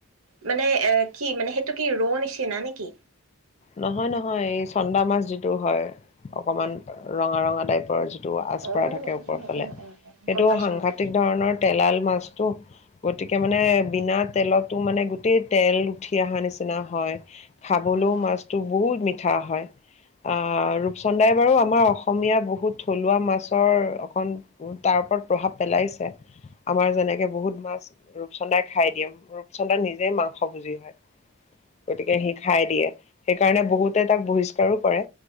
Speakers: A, on the right (about 85°); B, on the left (about 30°).
A: মানে এ কি মানে সেইটো কি ৰৌ নিচিনা নেকি?
B: নহয় নহয়। এই চন্দা মাছ যিটো হয় অকমান ৰঙা ৰঙা টাইপৰ যি আচ
A: অ
B: পৰা থাকে ওপৰ
A: অ
B: ফালে।
A: অ
B: সেইটো
A: অ অ গম পাইছো
B: সাংঘাতিক
A: গম পাইছো
B: ধৰণৰ তেলাল মাছটো গতিকে মানে বিনা তেলতো মানে গোটেই তেল উঠি অহা নিচিনা হয়। খাবলৈও
A: অ
B: মাছ বহুত মিঠা হয়। অ' ৰূপচন্দ্ৰই বাৰু আমাৰ অসমীয়া বহুত থলুৱা মাছৰ অকণ তাৰ ওপৰত প্ৰভাৱ পেলাইছে আমাৰ যেনেকে বহুত মাছ ৰূপচন্দাই খাই দিম ৰূপচন্দ্ৰা নিজেই মাংস বুজি হয় গতিকে সি খাই দিয়ে সেইকাৰণে বহুতে তাক পৰিষ্কাৰো কৰে